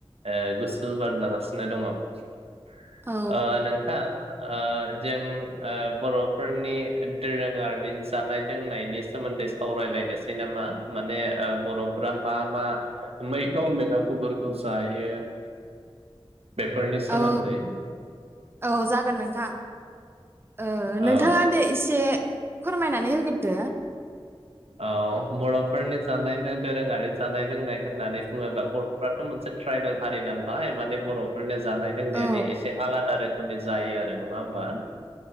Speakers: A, on the right; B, on the right.
A: ओ <unintelligible> <unintelligible> बार जागासिनो दङ ओ
B: औ
A: नोंथां ओ जों ओ बर'फोरनि दोरोङारि जानाय लोंनायनि सोमोन दै सावरायलायनो सान <unintelligible> माने ओ बर'फ्रा मा मा मैगं <unintelligible> जायो
B: <inaudible>
A: फोरनि सोमोन्दै
B: औ औ जागोन नोंथां ओ नोंथाङा
A: औ
B: दे इसे फोरमायनानै होगोरदो।
A: औ बर'फोरनि जानाय लों दोरोङारि जानाय लोंनाय होननानै बुङोबा बर'फ्राथ' मोनसे ट्राइबेल हारि नालाय माने बर'फोरनि जानाय लोंनायानो
B: औ
A: एसे आलादा रोखोमनि जायो आरो नङा होमबा?